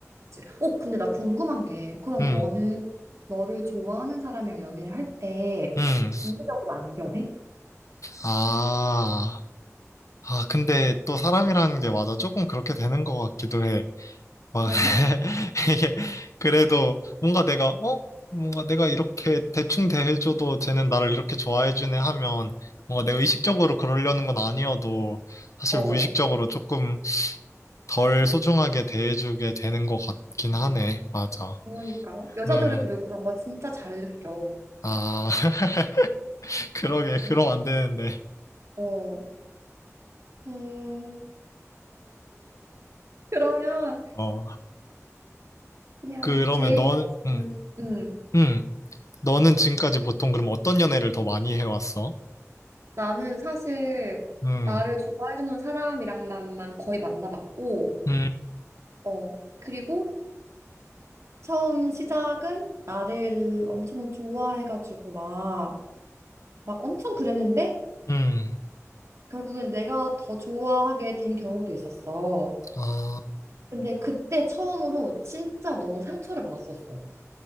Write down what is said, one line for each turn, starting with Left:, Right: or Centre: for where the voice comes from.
Right: 그치. 어, 근데 나 궁금한 게, 그럼
Left: 음,
Right: 너는 너를 좋아하는 사람이랑 연애를 할 때
Left: 음,
Right: 이기적으로 안 변해?
Left: 아. 아, 근데 또 사람이라는 게 맞아. 조금 그렇게 되는 것 같기도 해. 막,
Right: <laughs>
Left: <laughs> 이게, 그래도 뭔가 내가, 어? 뭔가 내가 이렇게 대충 대해줘도 쟤는 나를 이렇게 좋아해주네 하면 뭔가 내가 의식적으로 그러려는 건 아니어도 사실
Right: 어,
Left: 무의식적으로 조금 덜 소중하게 대해주게 되는 것 같긴 하네. 맞아.
Right: 그러니까. 여자들은
Left: 음,
Right: 그리고 그런 거 진짜 잘 느껴.
Left: 아, <laughs> 그러게.
Right: 어,
Left: 그럼 안 되는데.
Right: 어. 음, 그러면
Left: 어,
Right: 그냥
Left: 그러면
Right: 제일
Left: 너,
Right: 베스트는,
Left: 음,
Right: 음,
Left: 음. 너는 지금까지 보통 그럼 어떤 연애를 더 많이 해왔어?
Right: 나는 사실
Left: 음,
Right: 나를 좋아해주는 사람이랑만만 거의 만나봤고,
Left: 음,
Right: 어, 그리고 처음 시작은 나를 엄청 좋아해가지고 막, 막 엄청 그랬는데
Left: 음,
Right: 결국엔 내가 더 좋아하게 된 경우도 있었어.
Left: 아,
Right: 근데 그때 처음으로 진짜 너무 상처를 받았었어.